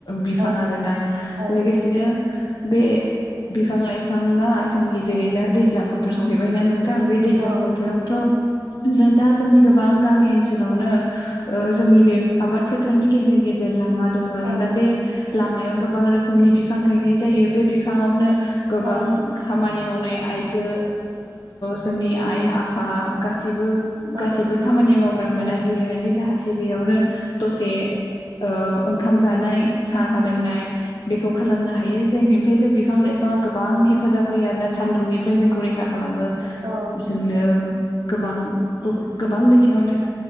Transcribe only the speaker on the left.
बिफां
आरोना
लोगोसेनो बे बिफां लाइफाङा जोंनि जेरै दा दैज्लां बोथोर सहैबायना नोंथां थां बे दैज्लां
बोथोरावथ जों दा जोंनि गोबां गामि ओनसोलावनो ओ जोंनि बे आबाद फोथारनि गेजेर गेजेर लामा दङ आरोना
बे लामायाव गोबां रोखोमनि बिफां गायनाय जायो बे बिफाङावनो गोबां
खामानि मावनाय आइजो जोंनि आइ आ फा गासिबो
गासिबो खामानि मावग्रा। ग्रा जिरायनानै जाहाथे बेयावनो दसे ओ ओंखाम जानाय साहा लोंनाय। बेखौ खालामनो हायो जायनिफ्राय जों बिफां लाइफाङा गोबां हेफाजाब होयो आरोना सान्दुंनिफ्राय जोंखौ रैखा खालामो
जोंनो गोबां गोबां बिथिङावनो